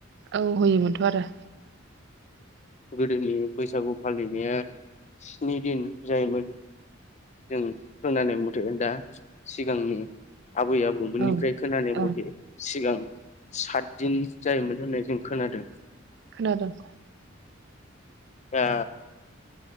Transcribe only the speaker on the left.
गोदोनि बैसागु फालिनाया स्नि दिन जायोमोन जों खोनानाय मथे दा सिगांनि आबै आबौमोननि
ओफ्राय खोनानाय
मथे सिगां सातदिन जायोमोन होननाय जों खोनादों।
ए